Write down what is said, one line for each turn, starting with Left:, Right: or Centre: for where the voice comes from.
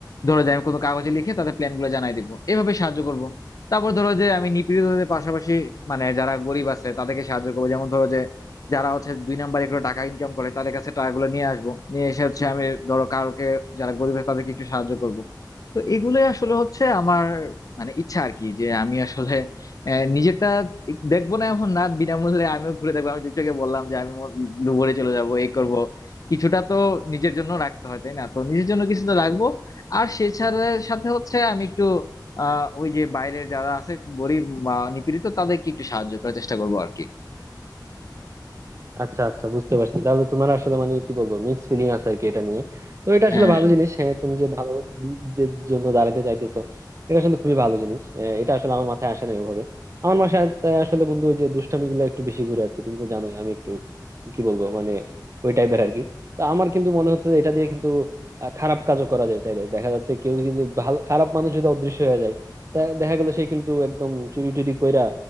Left: ধরো যে আমি কোনো কাগজে লিখে তাদের প্ল্যান গুলো জানাই দিব এভাবে সাহায্য করব তারপর ধরো যে আমি নিপীড়িতদের পাশাপাশি মানে যারা গরিব আছে তাদেরকে সাহায্য করবো যেমন ধরো যে যারা হচ্ছে দুই নাম্বারে করে টাকা ইনকাম করে তাদের কাছে টাকাগুলো নিয়ে আসবো নিয়ে এসে হচ্ছে আমি ধরো কারোকে যারা গরিব আছে তাদেরকে একটু সাহায্য করব তো এগুলোই আসলে হচ্ছে আমার মানে ইচ্ছা আর কি যে আমি আসলে আহ, নিজেরটা দেখবো না এমন না বিনামূল্যে আমিও ঘুরে দেখবো আমি যেটাকে বললাম যে আমি লুবরে চলে যাব এই করব কিছুটা তো নিজের জন্য রাখতে হয় তাই না তো নিজের জন্য কিছু তো রাখবো আর সেছাড়া সাথে হচ্ছে আমি একটু আহ ওই যে বাইরের যারা আছে গরিব বা নিপীড়িত তাদেরকে একটু সাহায্য করার চেষ্টা করবো আর কি
Right: আচ্ছা আচ্ছা বুঝতে পারছি তাহলে তোমার আসলে মানে কি বলবো মিক্স ফিলিং আছে আর কি এটা নিয়ে তো এটা
Left: হ্যাঁ
Right: আসলে ভালো
Left: হ্যাঁ
Right: জিনিস হ্যাঁ তুমি যে ভালো দের জন্য দাঁড়াতে চাইতেছো এটা আসলে খুবই ভালো জিনিস আহ, এটা আসলে আমার মাথায় আসে না ওভাবে আমার মাথায় তাই আসলে বন্ধু ওই যে দুষ্টামি গুলো একটু বেশি ঘুরে আর কি তুমি তো জানোই আমি একটু কি বলবো মানে ওই টাইপের আর কি তো আমার কিন্তু মনে হচ্ছে যে এটা দিয়ে কিন্তু আহ, খারাপ কাজও করা যায় চাইলে দেখা যাচ্ছে কেউ কিন্তু ভালো খারাপ মানুষ যদি অদৃশ্য হয়ে যায় তা দেখা গেল সে কিন্তু একদম চুরি টুরি কইরা